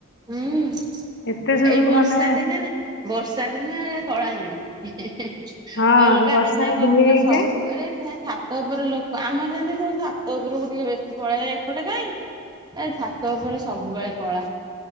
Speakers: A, on the right; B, on the left.
A: ହୁଁ।
B: ଏତେ ସବୁ
A: ଏଇ ବର୍ଷା
B: ମାନେ
A: ଦିନେ ବର୍ଷା ଦିନେ କଳା ନାହିଁ ହେଁ ହେଁ ହେଁ।
B: ହଁ
A: ଅଲଗା
B: ବର୍ଷାରେ
A: ଦିନେ କଣ
B: ଧୋଇ
A: ପୁରା
B: ହେଇଯାଏ।
A: ସବୁ ବେଳେ ସେ ଠା ଛାତ ଉପର ଲୋକ ଆମର ଯେମିତି ସବୁ ଛାତ ଉପରକୁ ଟିକେ ବେଶୀ ପଳେଇଏ ଏପଟେ କାଇଁ। ଏ ଛାତ ଉପରେ ସବୁବେଳେ କଳା